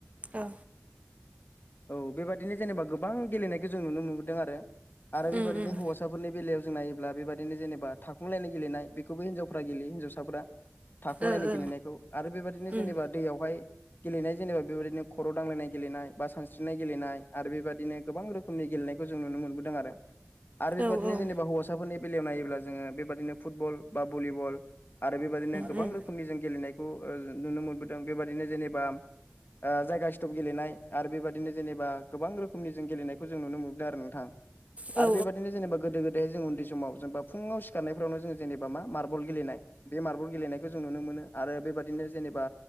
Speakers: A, on the right; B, on the left.
A: औ।
B: औ बेबायाददिनो जेनेबा गोबां गेलेनायखौ जों नुनो मोनबोदों आरो
A: उम
B: बेबायाददिनो
A: उम
B: हौवा। हिन्वसाफोरनि बेलायाव जों नायोब्ला बेबाददिनो जेनेबा थाखफुंलायनाय गेलेनाय बेखौबो हिनजावफोरा गेलयो हिन्जावसाफोरा। थाखुमलायनाय
A: ओ ओ
B: गेलेनायखौ आरो बेबायादिनो
A: उम
B: जेनेबा
A: औ
B: दैयावहाय। गेलेनाय जेनेबा बेबायदिनो खर' दांलायनाय गेलेनाय बा सानस्रिनाय गेलेनाय आरो बेबायदि। बिदिनो गोबां रोखोमनि गेलेनायखौ जों नुनो मोनबोदों आरो बेबायदिनो
A: औ उम
B: जेनेबा हौ साफोरनि बेलायाव नायोब्ला जोङो बेबाददिनो फुटबल बा भलिबल नो गोबां
A: उम
B: गेलनाय ना बेनो जेबा ज सिथप गेलेनाय आरो बेबदिनो जेनेब गोबां रोखोमनि जों गेलेनायखौ जों नुनो मोनदों आरो नोंथां।
A: औ
B: आरो
A: उम ओं
B: बेबाददिनो जेनबा गोदो-गोदाय जेरैह जों उैन्दै समाव जेनेबा फुाव सिखारनायाव जों जेनेबा मा मारबल गेलेनाय बेारबल गेलेनायखौ जों जों नुनो मोनो आरो बेबादिनो जेनेबा।